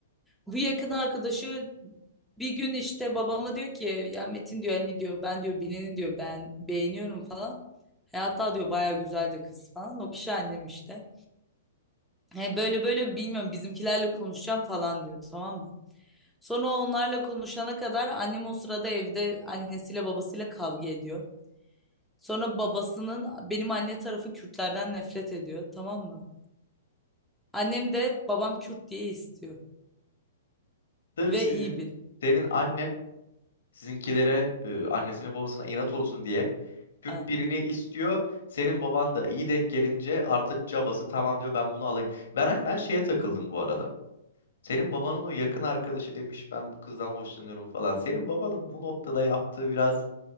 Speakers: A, in the centre; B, on the left.
A: Bu yakın arkadaşı bir gün işte babama diyor ki ya Metin diyor hani diyor ben diyor Bilen'i diyor ben beğeniyorum falan. E, hatta diyor baya güzel de kız falan. O kişi annem işte. He, böyle böyle bilmiyorum bizimkilerle konuşacağım falan diyor tamam mı? Sonra onlarla konuşana kadar annem o sırada evde annesiyle babasıyla kavga ediyor. Sonra babasının benim anne tarafı Kürtlerden nefret ediyor tamam mı? Annem de babam Kürt diye istiyor
B: Sırf
A: ve
B: sizin
A: iyi biri.
B: senin annen Sizinkilere, e, annesine babasına inat olsun diye Kürt
A: Yani,
B: birini istiyor. Senin baban da iyi denk gelince artık cabası tamam diyor ben bunu alayım. Ben ben şeye takıldım bu arada. Senin babanın o yakın arkadaşı demiş ben bu kızdan hoşlanıyorum falan. Senin babanın bu noktada yaptığı biraz